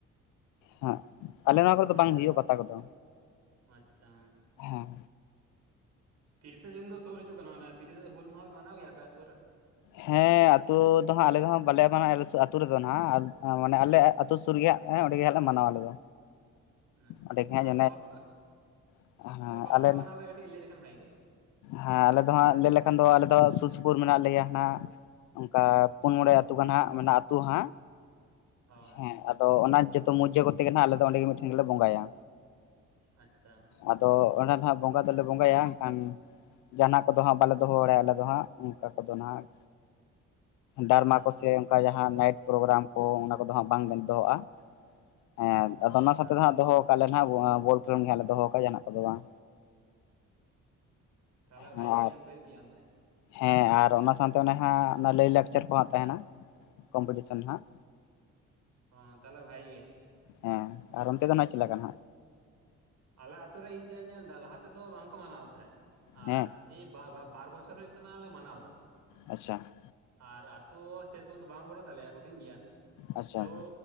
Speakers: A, on the left; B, on the right.
A: ᱦᱮᱸ ᱟᱞᱮ ᱱᱚᱣᱟ ᱠᱚᱨᱮ ᱫᱚ
B: ᱦᱮᱸ
A: ᱵᱟᱝ ᱦᱩᱭᱩᱜᱼᱟ ᱯᱟᱛᱟ ᱠᱚᱫᱚ
B: ᱟᱪᱪᱷᱟ
A: ᱦᱮᱸ
B: ᱛᱤᱨᱤᱥᱮ ᱡᱩᱱ ᱫᱚ ᱥᱩᱨ ᱦᱤᱡᱩᱜ ᱠᱟᱱᱟ, ᱢᱟᱱᱮ ᱛᱤᱨᱤᱥᱮ ᱦᱩᱞ ᱢᱟᱦᱟ ᱯᱮ ᱢᱟᱱᱟᱣ ᱜᱮᱭᱟ ᱟᱯᱮ ᱟᱛᱳ ᱠᱚᱨᱮ?
A: ᱦᱮᱸ ᱟᱛᱳ ᱫᱚ ᱦᱟᱸᱜ ᱟᱞᱮ ᱫᱚ ᱦᱟᱸᱜ ᱵᱟᱞᱮ ᱢᱟᱱᱟᱣ ᱟᱹᱛᱩ ᱨᱮᱫᱚ ᱦᱟᱸᱜ ᱢᱟᱱᱮ ᱟᱞᱮ ᱟᱹᱛᱩ ᱥᱩᱨ ᱨᱮ ᱚᱸᱰᱮ ᱜᱮᱞᱮ ᱦᱟᱸᱜ ᱞᱮ ᱢᱟᱱᱟᱣᱟ ᱟᱞᱮ ᱫᱚ᱾
B: ᱟᱪᱪᱷᱟ
A: ᱚᱸᱰᱮ ᱜᱮ
B: ᱢᱟᱱᱮ
A: ᱦᱟᱸᱜ
B: ᱚᱠᱟ ᱵᱷᱟᱯ ᱯᱮ
A: ᱚᱱᱮ
B: ᱚᱠᱟ ᱵᱷᱟᱯ
A: ᱟᱞᱮ
B: ᱯᱮ ᱢᱟᱱᱟᱣ ᱜᱮᱭᱟ ᱠᱟᱹᱴᱤᱡ ᱞᱟᱹᱭ ᱞᱮᱠᱷᱟᱱ ᱵᱷᱟᱜᱤ ᱠᱚᱜᱼᱟ᱾
A: ᱦᱮᱸ ᱟᱞᱮ ᱫᱚ ᱦᱟᱸᱜ ᱞᱟᱹᱭ ᱞᱮᱠᱷᱟᱱ ᱫᱚ ᱟᱞᱮ ᱫᱚ ᱥᱩᱨ ᱥᱩᱯᱩᱨ ᱢᱮᱱᱟᱜ ᱞᱮᱭᱟ ᱱᱟᱜ ᱚᱱᱠᱟ ᱯᱩᱱ ᱢᱚᱬᱮ ᱟᱹᱛᱩ ᱜᱟᱱ ᱦᱟᱜ ᱢᱮᱱᱟᱜ ᱟᱹᱛᱩ ᱦᱟᱜ
B: ᱚ
A: ᱦᱮᱸ ᱟᱫᱚ ᱚᱱᱟ ᱡᱚᱛᱚ ᱢᱚᱣᱡᱟᱹ ᱠᱚᱛᱮ ᱜᱮ ᱟᱞᱮ ᱫᱚ ᱚᱸᱰᱮ ᱢᱤᱫᱴᱷᱮᱱ ᱜᱮᱞᱮ ᱵᱚᱸᱜᱟᱭᱟ᱾
B: ᱟᱪᱪᱷᱟ
A: ᱟᱫᱚ ᱚᱸᱰᱮ ᱫᱚᱦᱟᱜ ᱵᱚᱸᱜᱟ ᱫᱚᱞᱮ ᱵᱚᱸᱜᱟᱭᱟ ᱠᱷᱟᱱ ᱡᱟᱦᱟᱱᱟᱜ ᱠᱚᱫᱚ ᱦᱟᱸᱜ ᱵᱟᱞᱮ ᱫᱚᱦᱚ ᱵᱟᱲᱟᱭᱟ ᱟᱞᱮ ᱫᱚ ᱦᱟᱸᱜ ᱚᱱᱠᱟ ᱠᱚᱫᱚ ᱦᱟᱸᱜ᱾
B: ᱟᱪᱪᱷᱟ
A: ᱰᱟᱨᱢᱟ ᱠᱚᱥᱮ ᱚᱱᱠᱟ ᱡᱟᱦᱟᱸ ᱱᱟᱭᱤᱴ ᱯᱨᱳᱜᱨᱟᱢ ᱠᱚ ᱚᱱᱟ ᱠᱚᱫᱚ ᱦᱟᱸᱜ ᱵᱟᱝ ᱫᱚᱦᱚᱼᱟ ᱦᱮᱸ ᱟᱫᱚ
B: ᱟᱪᱪᱷᱟ
A: ᱚᱱᱟ ᱥᱟᱶᱛᱮ ᱫᱚ ᱦᱟᱸᱜ ᱫᱚᱦᱚ ᱠᱟᱜ ᱞᱮ <unintelligible> ᱵᱚᱞ ᱠᱷᱮᱞ ᱜᱮ ᱦᱟᱜ ᱞᱮ ᱫᱚᱦᱚ ᱠᱟᱜᱼᱟ ᱡᱟᱦᱱᱟᱜ ᱠᱚᱫᱚ ᱵᱟᱝ
B: ᱛᱟᱦᱚᱞᱮ
A: ᱦᱮᱸ
B: ᱵᱷᱟᱜᱤ
A: ᱟᱨ
B: ᱜᱮ ᱦᱩᱭᱩᱜ ᱜᱮᱭᱟ ᱚᱱᱛᱮ?
A: ᱦᱮᱸ ᱟᱨ ᱚᱱᱟ ᱥᱟᱶᱛᱮ ᱚᱱᱮ ᱦᱟᱸᱜ ᱚᱱᱟ ᱞᱟᱹᱭᱼᱞᱟᱠᱪᱟᱨ ᱠᱚ ᱦᱟᱸᱜ ᱛᱟᱦᱮᱱᱟ᱾ ᱠᱚᱢᱯᱤᱴᱤᱥᱚᱱ ᱦᱟᱸᱜ
B: ᱦᱚ ᱛᱟᱦᱚᱞᱮ ᱵᱷᱟᱜᱮ ᱜᱮ
A: ᱦᱮᱸ ᱟᱨ ᱚᱱᱛᱮ ᱫᱚ ᱱᱟᱜ ᱪᱮᱫ ᱞᱮᱠᱟ ᱦᱟᱜ?
B: ᱟᱞᱮ ᱟᱛᱩᱨ ᱨᱮ ᱤᱧ ᱡᱟᱹᱧ ᱧᱮᱞ ᱮᱫᱟ ᱞᱟᱦᱟ ᱛᱮᱫᱚ ᱵᱟᱝ ᱠᱚ ᱢᱟᱱᱟᱣ ᱛᱟᱦᱮᱸᱫ
A: ᱦᱮᱸ
B: ᱟᱨ ᱮᱭ ᱵᱟ ᱵᱟ ᱵᱟᱨ ᱵᱚᱪᱷᱚᱨ ᱦᱩᱭᱩᱜ ᱠᱟᱱᱟᱞᱮ ᱢᱟᱱᱟᱣ ᱮᱫᱟ᱾
A: ᱟᱪᱪᱷᱟ
B: ᱟᱨ ᱟᱹᱛᱳ ᱥᱮᱨᱚᱠᱚᱢ ᱫᱚ ᱵᱟᱝ ᱵᱚᱲᱚ ᱛᱟᱞᱮᱭᱟ ᱦᱩᱰᱤᱧ ᱜᱮᱭᱟ
A: ᱟᱪᱪᱷᱟ
B: ᱛᱳ
A: ᱟᱪᱪᱷᱟ